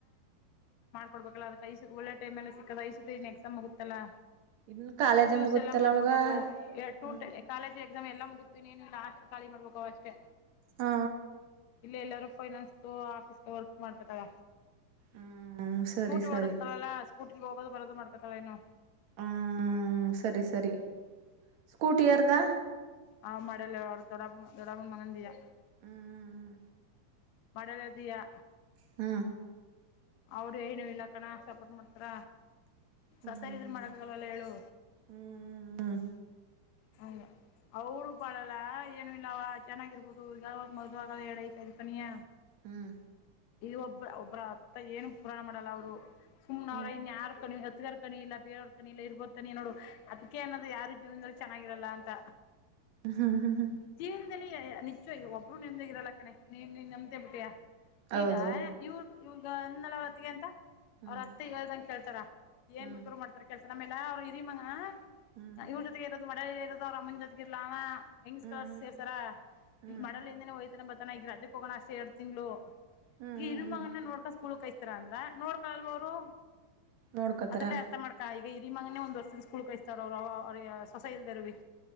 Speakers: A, on the left; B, on the right.
A: ಕೊಡ್ಬೇಕಲ್ಲ ಅದ್ಸು ಒೆ ಟೈಮ ಎಲ್ಲ ಸಿಕ್ಕದ ಐಸುದ ನ್ ಎಕ್ಸಾಮ್ ಹೋಗುತ್ತಲ್ಲಾ
B: ಇನ್ನು ಕಾಲೇಜ
A: ಜ್ಯೂಸ್
B: ಮುಗುತ್ತಲ್ಲ
A: ಎಲ್ಲ ಮಾಡ್ಕೊಡ್ಬೇಕು
B: ಅವಳಗ
A: ಟೂಟ
B: ಹ್ಮ್
A: ಕಾಳಜಿ ಎಲ್ಲ ಮುಗುತ್ತತೀ ನೀ ಲಸ್ಟ್ ಖಾಲಿ ಮಾಡ್ಬೇಕು ಅವ ಅಷ್ಟೇ
B: ಹ
A: ಇಲ್ಲ ಎಲ್ಲಾರು ಫೈನಾನ್ಸ್ ಆಫೀ್ ವರ್ಕ್ ಮಾಡ್ಕೊತಾಗ
B: ಹ್ಮ್ ಸರಿ
A: ಸ್ಕೂಟಿ
B: ಸರಿ
A: ಓಡಿಸ್ತಳಲ್ಲಾ ಸ್ಕೂಟಿಗ್ ಹೋಗೋದು ಬರೋದು ಮಾಡ್ಕ ಚಲನ
B: ಹ್ಮ ಸರಿ ಸರಿ ಸ್ಕೂಟಿ ಯಾರ್ದ
A: ಹ ಮಾಡಲ್ಲ ಅವ್ರ ದೊಡ್ಡಮ್ ದೊಡ್ಡಮನ್ ಮಗಂದೆಯಾ
B: ಹ್ಮ್
A: ಮಾಡಳ್ದಿಯಾ
B: ಹ್ಮ
A: ಅವ್ರ ಏನು ಇಲ್ಲ ಕಣ ಸಪೋರ್ಟ್ ಮಾಡ್ತಾರ
B: ಹ್ಮ್
A: ಸಸಾರ ಇದ್ರ ಮಾಡಕಾಗಲ್ವಲ್ಲ ಹೇಳು
B: ಹ್ಮ್ ಹ್ಮ್
A: ಹೌನು ಅವ್ರು ಬಾಳಲ್ಲ ಏನು ಇಲ್ಲವ ಚೆನ್ನಾಗಿರ್ಬೋದು ಈಗ ಮದುವಾಗ ಎಡ್ ಹೈಕಳನಿಯ
B: ಹ್ಮ್
A: ಈ ಒಬ್ಬ್ರ ಒಬ್ಬ್ರ ಅತ್ತ ಏನ್ ಪುರಾಣ ಮಾಡಲ್ಲ ಅವ್ರು ಸುಮ್ನ್
B: ಹ್ಮ್
A: ಅವ್ರ ಇನ್ ಯಾರ್ ಕಣ್ಣಿಗದ್ ತ್ಗಾರ್ ಕಣಿ ಇಲ್ಲ ಬೇವ ಕಣಿಲ್ಲ ಇರ್ಬೋತ ತನಿ ನೋಡು ಅದಕ್ಕೆ ಅನ್ದ ಯಾರು ಜೀವ್ನದಲ್ಲಿ ಚೆನ್ನಾಗ್ ಆಗಿರಲ್ಲ ಅಂತ
B: ಹ್ಮ ಹ್ಮ್ ಹ್ಮ್ ಹಾ
A: ಜೀವನದಲ್ಲಿ ನಿಜ ಒಬ್ಬರು ನಮ್ದೆ ಇರಲಕಣೆ ನೀ ನೀನ್ ನಮ್ದೆ ಬಿಟಿಯಾ
B: ಹೌದು
A: ಈಗ ಇವು ಇವಗ್ ನಲವತ್ ತಿಗೆಂತ
B: ಹ್ಮ್
A: ಅವ್ರ ಅತ್ತೆ ಹೇಳ್ದಂ ಕೇಳ್ತಾರಾ ಏನ್
B: ಹ್ಮ್
A: ಬೇಕಾರೂ ಮಾಡ್ತಾರೆ ಕೆಲ್ಸ್ ನಮ್ ಎಲ್ಲಾ ಅವ್ರ್ ಹಿರಿ ಮಗ ಅ
B: ಹ್ಮ್
A: ಇವ್ರ ಜೊತೆಗೆ ಇ ಮಡ ಇದ ಅವ್ರ್ ಅಮ್ಮನ್ ಜೋಗೀರ್ಲರ್ ಅವ ಹೆಂಗ್
B: ಹ್ಮ್
A: ಸ್ಕರ್ ಸೇರ್ಸರ
B: ಹ್ಮ್
A: ಮಡಲಿಂದೇನೆ ಹೋಯ್ತನ ಬ ತನ್ನ ಈಗ ರಜೆ ಹೋಗೋಣ ಅಷ್ಟ ಎಡು ತಿಂಗ್ಳು
B: ಹ್ಮ್
A: ಈಗ ಇರು
B: ಹ್ಮ್
A: ಮಗನ ನೋಡ್ಕಾ ಸ್ಕೂಲ್ಕೈಸ್ತಿ ತ್ರನ್ದ್ರ ನೋಡ್ಕಲ್ವ ಅವ್ರು
B: ನೋಡ್ಕೋತಾರ
A: ಅದ್ರಲ್ಲ ಅರ್ಥ ಮಾಡ್ಕಾ ಈ ಹಿರಿ ಮನೆ ಒಂದ ವರ್ಷದ ಸ್ಕೂಲ್ ಕಸ್ತ ಅವ್ರ ಅವ ಹೊಸ ಇಲ್ದೇರುವಿ